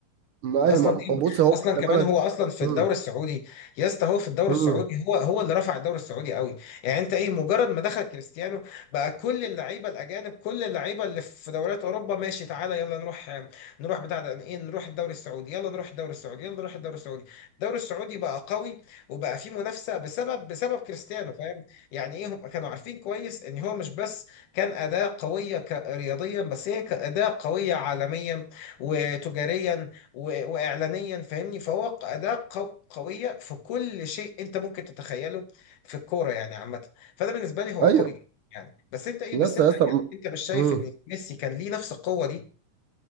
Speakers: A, on the right; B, on the left.
A: ما ايوه
B: اصلا
A: ما ما-
B: دي
A: بص هو
B: اصلا
A: خلي
B: كمان
A: بالك
B: هو اصلا في
A: مم.
B: الدوري السعودي يا اسطى هو في الدوري
A: مم.
B: السعودي هو هو اللي رفع الدوري السعودي قوي يعني انت ايه مجرد ما دخل كريستيانو بقى كل اللعيبه الاجانب كل اللعيبه اللي في دوريات اوروبا ماشي تعالى يلا نروح نروح بتاع ده ايه نروح الدوري السعودي يلا نروح الدوري السعودي يلا نروح الدوري السعودي الدوري السعودي بقى قوي وبقى فيه منافسه بسبب بسبب كريستيانو فاهم يعني ايه هم كانوا عارفين كويس ان هو مش بس كان اداه قويه ك- رياضيا بس هي كاداه قويه عالميا وتجاريا و- واعلانيا فاهمني فهو اداه قو- قويه في كل شيء انت ممكن تتخيله في الكوره يعني عامه فده بالنسبه لي هو
A: ايوه
B: قوي يعني بس انت ايه
A: يا
B: بس
A: اسطى
B: انت
A: يا اسطى
B: يعني
A: مم.
B: انت مش شايف
A: مم.
B: ان ميسي كان ليه نفس القوه دي